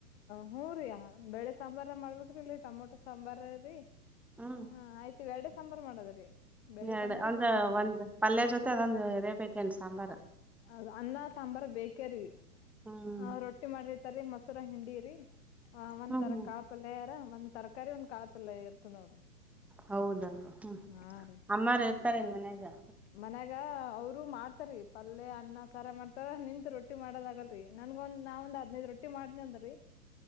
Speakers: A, on the left; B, in the centre.
A: ಹೂ ರೀ ಬೆಳೆ ಸಾಂಬಾರ ಮಾಡ್ಬೇಕೇರೀ ಇಲ್ಲ ಟೊಮೊಟೊ ಸಾಂಬಾರ ರೀ
B: ಹ್ಮ್
A: ಹಾ ಆಯ್ತ ಎರಡೇ ಸಾಂಬಾರ್ ಮಾಡದ್ರಿ. ಬೇಳೆ
B: ಎರಡೆ
A: ಸಾಂಬಾರ
B: ಒಂದ್
A: ಟೊಮೊಟೊ ಸಾಂಬಾರ
B: ಒಂದ್ ಪಲ್ಯ ಜೊತೆ ಅದೊಂದು ಇರಾಬೇಕನು ಸಾಂಬಾರ್
A: ಹೌದು ಅನ್ನ ಸಾಂಬಾರ್ ಬೇಕೆರೀ
B: ಹಾ
A: ಆ ರೊಟ್ಟಿ ಮಾಡ್ರಿತರಿ ಮೊಸೂರ ಹಿಂಡಿರಿ ಆ ಒಂತರ
B: ಹ್ಮ್ ಹ್ಮ್
A: ಕಾತ್ ಪಲ್ಯರೆ ಒಂದ್ ತರಕಾರಿ ಒಂದ್ ಕಾಳ್ ಪಲ್ಯ ಇರ್ತದ್ ನೋಡ್ರಿ
B: ಹೌದ ಹ್ಮ
A: ಹಾ ರೀ
B: ಅಮ್ಮಾರ್ ಇರ್ತಾರೆ ಇನ್ ಮನ್ಯಗಾ
A: ಮನ್ಯಾಗ ಅವರು ಮಾಡ್ತಾರೀ ಪಲ್ಯ ಅನ್ನ ಸಾರ ಮಾಡ್ತಾರ ನಿಂತ್ ರೊಟ್ಟಿ ಮಾಡೋದಗಲ್ಲರೀ ನನ್ಗ ಒಂದ ನಾ ಒಂದ್ ಹದಿನೈದು ರೊಟ್ಟಿ ಮಾಡ್ದನೀ ಅಂದೀ